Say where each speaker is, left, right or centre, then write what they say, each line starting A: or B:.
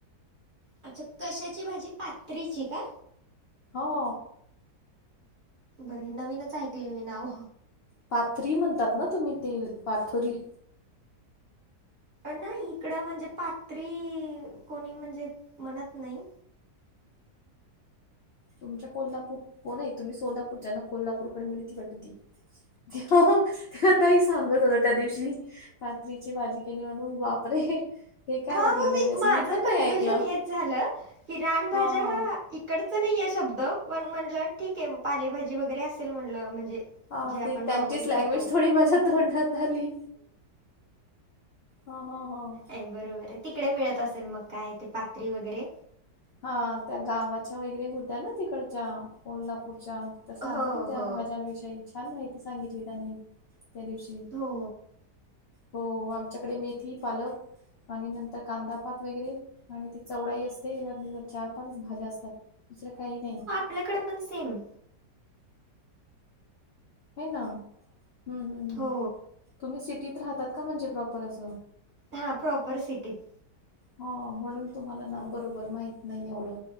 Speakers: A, on the right; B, on the left.
A: अच्छा कशाची भाजी? पात्रीची का?
B: हो.
A: बर, हे नवीनच ऐकले मी नाव.
B: पाथरी म्हणतात ना, तुम्ही ते पाथरी?
A: नाही इकडं म्हणजे, पात्री कोणी म्हणजे म्हणत नाही.
B: तुमच्या कोल्हापूर कोण हाय, तुम्ही सोलापूरचा ना कोल्हापूरकडे मिळती वाटत ती. त्या, त्या ताई सांगत होत्या त्या दिवशी. पातरीची भाजी केली म्हणून बापरे. हे काय
A: हा,
B: म्हटलं
A: मग
B: नेमकं
A: मी
B: असं
A: माझं
B: पण नाही
A: कन्फ्युजन
B: ऐकलं.
A: हेच झालं की रानभाज्या
B: हां, हां.
A: इकडच नाहीय शब्द पण म्हणलं ठीक आहे, पालेभाजी वगैरे असेल म्हणलं, म्हणजे
B: हा,
A: जे आपण
B: ते त्यांचीच
A: नॉर्मली
B: लँग्वेज
A: खातो
B: थोडी माझ्यात तोंडात आली. हा, हा, हा.
A: बरोबर आहे, तिकडे मिळत असेल मग काय ते पात्री वगैरे?
B: हा, त्या गावाच्या वगैरे होत्या ना तिकडच्या कोल्हापूरच्या सांगत
A: हो
B: होत्या,
A: हो
B: भाज्यांविषयी छान माहिती सांगितली त्यांनी. त्या दिवशी.
A: हो
B: हो आमच्याकडे मेथी, पालक आणि नंतर कांदापात वगैरे आणि ती चवडाई असते म्हणे चार, पाच भाज्या असतात, दुसरं काही नाही.
A: आपल्याकडें पण सेम.
B: हे ना. हम्म. हम्म हम्म
A: हो
B: तुम्ही सिटीत राहतात का, म्हणजे प्रॉपर असं?
A: हा प्रॉपर सिटीत.
B: हा, म्हणून तुम्हाला ना बरोबर माहत नाही एवढं.